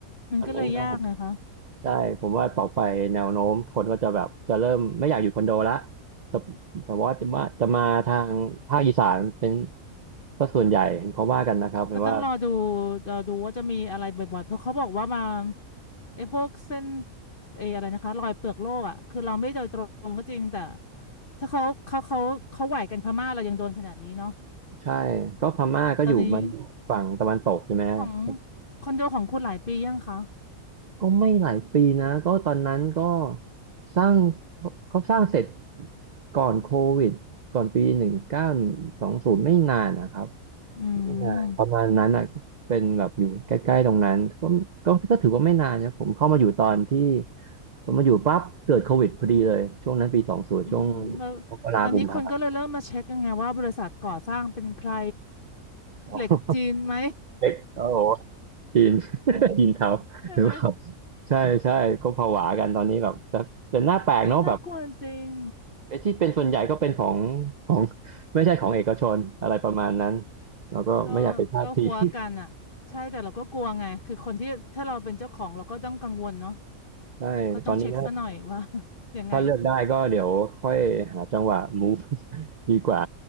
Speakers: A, on the left (about 45°); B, on the right (about 45°).
A: มันก็เลยยากไงคะ
B: มันไม่น่า ใช่ผมว่าต่อไปแนวโน้มคนก็จะแบบจะเริ่มไม่อยากอยู่คอนโดละแต่แต่ว่าจะมาจะมาทางภาคอีสานเป็นสัส่วนใหญ่เห็นเขาว่ากันนะครับเห็นว่า
A: ก็ต้องรอดูรอดูว่าจะมีอะไรบ่อยๆเพราะเขาบอกว่ามาไอ้พวกเส้นเอออะไรนะคะรอยเปลือกโลกอ่ะคือเราไม่โดยตรงก็จริง แต่ถ้าเขาเขาเขาเขาไหวกันพม่าเรายังโดนขนาดนี้เนาะ
B: ใช่ก็พม่าก็อยู่มันฝั่งตะวันตกใช่ไหมครับ
A: ตอนนี้ของคอนโดของคุณหลายปียังคะ
B: ก็ไม่หลายปีนะก็ตอนนั้นก็สร้างเขาสร้างเสร็จก่อนโควิดก่อนปีหนึ่งเก้าหนึ่งสองศูนย์ไม่นานนะครับ
A: อื
B: ไม่นานประมาณนั้นอ่ะเป็นแบบอยู่ใกล้ๆตรงนั้นก็ก็ก็ถือว่าไม่นานนะผมเข้ามาอยู่ตอนที่
A: ม
B: ผมมาอยู่ปั๊บเกิดโควิดพอดีเลยช่วงนั้นปีสองศูนย์ช่วง
A: อือหือม
B: มกรากุมภา
A: ตอนนี้คนก็เลยเริ่มมาเช็คกันไงว่าบริษัทก่อสร้างเป็นใคร
B: อ๋อ
A: เหล็กจีนไหม
B: เล็กโอ้โหจีน <laughs> จีนเทา <laughs>
A: <laughs> ใช่ไหม
B: หรือเปล่าใช่ใช่ก็ผวากันตอนนี้แบบแต่แต่หน้าแปลกเนาะแบบ
A: เอ้ยน่ากลัวจริง
B: ไอ้ที่เป็นส่วนใหญ่ก็เป็นของของไม่ใช่ของเอกชนอะไรประมาณนั้นเราก็ไม่อยากไปพลาดพิง
A: ก็ก็หัวกันอ่ะใช่แต่เราก็กลัวไงคือคนที่ถ้าเราเป็นเจ้าของเราก็ต้องกังวลเนาะ
B: <laughs> ใช่ตอนนี้ก็
A: ก็ต้องเช็คซะหน่อย <laughs> ว่า <laughs> ยังไง
B: ถ้าเลือกได้ก็เดี๋ยวค่อยหาจังหวะ move <laughs> ดีกว่า